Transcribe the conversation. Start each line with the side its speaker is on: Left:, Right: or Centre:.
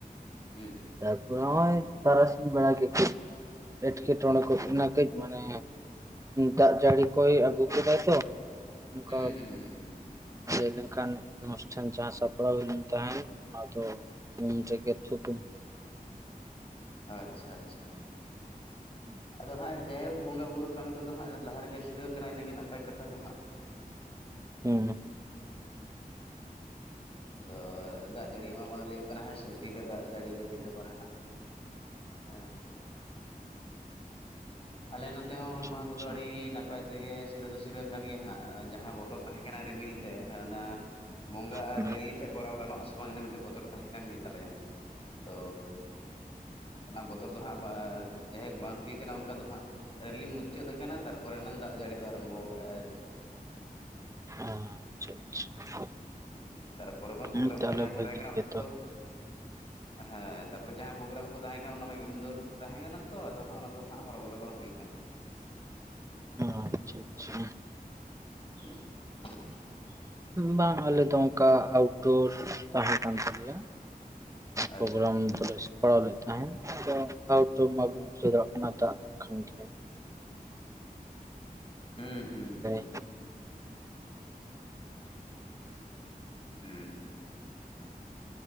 Left: ᱦᱩᱸ
Right: ᱛᱟᱨᱯᱚᱨ ᱜᱚᱭ ᱛᱟᱨᱟᱥᱤ ᱵᱮᱲᱟ ᱜᱮ ᱮᱴᱠᱮᱴᱚᱬᱮ ᱠᱚ ᱤᱱᱟ. ᱠᱟᱹᱡ ᱢᱟᱱᱮ ᱫᱟᱜ ᱡᱟᱹᱲᱤ ᱠᱚᱭ ᱟᱹᱜᱩ ᱠᱮᱫᱟᱭ ᱛᱚ ᱚᱱᱠᱟ
Left: ᱦᱩᱸ ᱦᱩᱸ ᱦᱩᱸ
Right: ᱞᱟᱹᱭ ᱞᱮᱱᱠᱷᱟᱱ ᱚᱱᱩᱥᱴᱷᱟᱱ ᱡᱟᱦᱟᱸ ᱥᱟᱯᱲᱟᱣ ᱦᱩᱭ ᱞᱮᱱ ᱛᱟᱦᱮ ᱚᱱᱟ ᱫᱚ ᱩᱱ ᱨᱮᱜᱮ ᱛᱩᱠᱩᱢ
Left: ᱟᱪᱪᱷᱟ ᱟᱪᱪᱷᱟ
Right: ᱦᱩᱸ
Left: ᱟᱫᱚ ᱦᱟᱸᱜ ᱡᱟᱭᱦᱳᱠ ᱵᱚᱸᱜᱟ ᱵᱩᱨᱩ ᱠᱟᱹᱢᱤ ᱠᱚᱫᱚ ᱦᱟᱸᱜ ᱞᱟᱦᱟ ᱨᱮᱜᱮ ᱥᱤᱨᱟᱹᱣ ᱠᱟᱱᱟ ᱤᱱᱟᱹᱜᱮ ᱱᱟᱯᱟᱭ ᱠᱟᱛᱷᱟ ᱫᱚ ᱦᱟᱸᱜ
Right: ᱦᱩᱸ
Left: ᱟᱫᱚ ᱫᱟᱜ ᱡᱟᱹᱲᱟᱜ ᱢᱟ ᱵᱟᱝ ᱞᱟᱹᱭᱟᱜ ᱠᱟᱱᱟ ᱦᱮᱸ ᱥᱮ ᱛᱤᱱᱨᱮ ᱫᱟᱜ ᱡᱟᱹᱲᱤ ᱭᱮᱫᱟᱭ ᱛᱤᱱᱨᱮ ᱵᱟᱝᱦᱟᱸᱜ <unintelligible> ᱟᱞᱮ ᱱᱚᱛᱮ ᱦᱚᱸ ᱦᱩᱞ ᱢᱟᱦᱟ
Right: ᱟᱪᱪᱷᱟ
Left: ᱠᱚᱫᱚ ᱟᱹᱰᱤ ᱱᱟᱯᱟᱭ ᱛᱮᱜᱮ ᱥᱤᱨᱟᱹ ᱫᱚ ᱥᱤᱨᱟᱹ ᱠᱟᱱ ᱜᱮᱭᱟ ᱦᱟᱸᱜ ᱡᱟᱦᱟᱸ ᱵᱚᱛᱚᱨ ᱛᱟᱦᱮᱸ ᱠᱟᱱᱟ ᱨᱤᱢᱤᱞ ᱛᱮ ᱚᱱᱟ ᱵᱚᱸᱜᱟ
Right: ᱦᱩᱸ
Left: ᱟᱨ ᱨᱮᱹᱞᱤ ᱛᱮᱫ ᱠᱚᱨᱟᱣ ᱜᱟᱱᱚᱜ ᱟᱥᱮ ᱵᱟᱝ ᱤᱱᱟᱹ ᱢᱤᱫᱴᱤᱡ ᱵᱚᱛᱚᱨ ᱛᱟᱦᱮᱸ ᱠᱟᱱ ᱜᱮ ᱛᱟᱞᱮᱭᱟ᱾ ᱛᱚ ᱚᱱᱟ ᱵᱚᱛᱚᱨ ᱫᱚ ᱦᱟᱸᱜ ᱡᱟᱭᱦᱳᱠ ᱵᱟᱝ ᱦᱩᱭ ᱚᱱᱠᱟ ᱫᱚ ᱦᱟᱸᱜ ᱨᱮᱞᱤ ᱢᱩᱪᱟᱹᱫ ᱟᱠᱟᱱᱟ ᱛᱟᱨᱯᱚᱨᱮ ᱱᱟᱝ ᱫᱟᱜ ᱡᱟᱹᱲᱤ ᱫᱚ ᱟᱨᱟᱢᱵᱚ ᱠᱟᱜᱼᱟᱭ <inaudible>
Right: ᱟᱪᱪᱷᱟ ᱟᱪᱪᱷᱟ
Left: ᱛᱟᱨᱯᱚᱨᱮ ᱢᱟ ᱯᱚᱨᱜᱨᱟᱢ
Right: ᱦᱩᱸ ᱛᱟᱦᱚᱞᱮ
Left: ᱠᱚ ᱡᱟᱦᱟᱸ ᱠᱚ
Right: ᱵᱷᱟᱹᱜᱤ
Left: ᱛᱟᱦᱮᱸ ᱠᱟᱱᱟ ᱚᱱᱟ
Right: ᱜᱮᱛᱚ
Left: ᱠᱚᱫᱚ ᱦᱮᱸ ᱛᱟᱯᱚᱨᱮ ᱡᱟᱦᱟᱸ ᱯᱳᱜᱨᱟᱢ ᱠᱚ ᱛᱟᱦᱮᱸ ᱠᱟᱱᱟ ᱚᱱᱟ ᱢᱟ ᱤᱱᱰᱳᱨ ᱠᱚ ᱛᱟᱦᱮᱸ ᱠᱟᱱᱟ ᱛᱚ ᱟᱫᱚ ᱦᱟᱸᱜ ᱚᱱᱟ ᱫᱚ ᱱᱟᱜ ᱦᱚᱨᱚ ᱵᱚᱨᱚ ᱵᱟᱝ ᱦᱩᱭᱠᱟᱱᱟ᱾
Right: ᱟᱪᱷᱟ ᱟᱪᱷᱟ
Left: <unintelligible>
Right: ᱵᱟᱝ ᱟᱞᱮ ᱫᱚ ᱚᱱᱠᱟ ᱟᱣᱩᱴᱰᱳᱨ ᱛᱟᱦᱮᱸ ᱠᱟᱱ ᱛᱟᱞᱮᱭᱟ
Left: ᱟᱪᱪᱷᱟ
Right: ᱯᱚᱜᱨᱟᱢ ᱠᱚᱫᱚ ᱯᱟᱲᱟᱣ ᱞᱮᱫ ᱛᱟᱦᱮᱸᱫ ᱟᱫᱚ <unintelligible> ᱠᱟᱱᱟ ᱫᱟᱜ ᱞᱮᱱᱠᱷᱟᱱ ᱜᱮ
Left: ᱦᱩᱸ ᱦᱩᱸ ᱦᱩᱸ
Right: <unintelligible>
Left: ᱦᱩᱸ